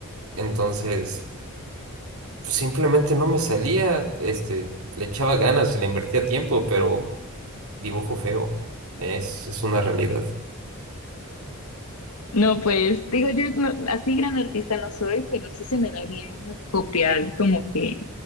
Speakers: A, on the right; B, on the left.
A: entonces pues, simplemente no me salía, este, le echaba ganas, le invertía tiempo, pero dibujo feo. Es, es una realidad.
B: No, pues digo, yo no- así gran artista no soy, pero sí se me da bien copiar como que